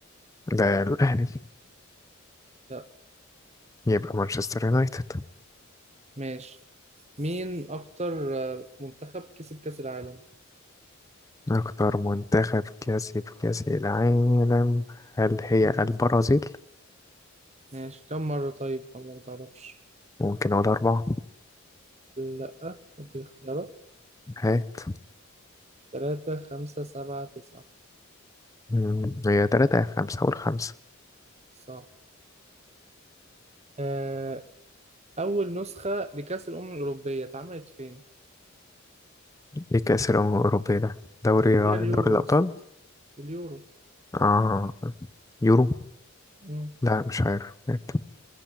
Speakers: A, on the left (about 15°); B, on the right (about 30°).
A: ده الأهلي
B: لا
A: يبقى مانشستر يونايتد
B: ماشي مين أكتر آه، منتخب كسب كأس العالم؟
A: أكتر منتخب كاسب كأس العالم هل هي
B: مم.
A: البرازيل؟
B: ماشي كم مرة طيب ولا ما تعرفش؟
A: ممكن أقول أربعة
B: لا اديني اختيارات
A: هات
B: تلاتة خمسة سبعة تسعة
A: مم، هي تلاتة يا خمسة أقول خمسة
B: صح آه أول نسخة لكأس الأمم الأوروبية اتعملت فين؟
A: إيه كأس الأمم الأوروبية ده؟ دوري
B: هي اليورو
A: دوري الأبطال؟
B: يا اسطى اليورو
A: آه يورو؟
B: مم.
A: لا مش عارف هات